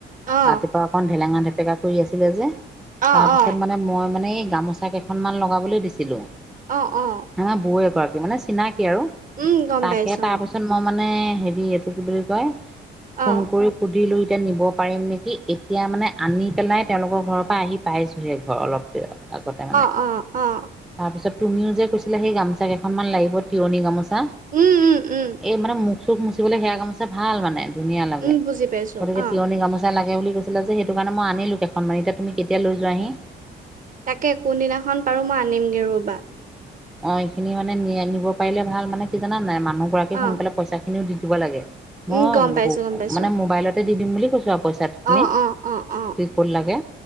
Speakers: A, on the right; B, in the centre.
A: অ
B: ৰাতিপুৱা অকন ভেলেঙা টেঙা পেগা কৰি আছিলে যে
A: অ
B: তাৰ পিছত
A: অ
B: মানে মই মানে এই গামোচা কেইখনমান লগাবলৈ দিছিলোঁ।
A: অ অ
B: নহয় বৌ এগৰাকী মানে চিনাকি আৰু
A: উম গম
B: তাকে
A: পাইছো
B: তাৰ পিছত মই মানে মানে হেৰি এইটো কি বুলি কয়, ফোন
A: অ
B: কৰি সুধিলো এতিয়া নিব পাৰিম নেকি এতিয়া মানে আনি পেলাই তেওঁলোকৰ ঘৰৰ পৰা আহি পাইছোঁহে ঘৰ অলপ- আগতে মানে
A: অ অ অ,
B: তাৰপিছত তুমিও যে কৈছিলা সেই গামোচা কেইখনমান লাগিব তিয়নি গামোচা,
A: উম উম উম
B: এই মানে মুখ-চোক চোক মুচিবলৈলে সেয়া গামোচা ভাল মানে ধুনীয়া লাগে,
A: উম বুজি পাইছো
B: গতিকে
A: অ
B: তিয়নি গামোচা লাগে। বুলি কৈছিলা যে সেইটো কাৰণে মই আনিলোঁ কেইখনমান এতিয়া তুমি কেতিয়া লৈ যোৱাহি-
A: তাকে কোন দিনাখন পাৰোঁ মই আনিমগে ৰ'বা।
B: অ এইখিনি মানে নি নিব পাৰিলে ভাল মানে কি জানা নাই মানুহ গৰাকী
A: অ
B: সোনকালে পইচা খিনিও দি দিব লাগে, মই
A: উম গম পাইছো গম পাইছো
B: মানে মোবাইলতে দি দিম বুলি কৈছোঁ আৰু পইচাখিনি-
A: অ অ অ অ
B: কি ক'ত লাগে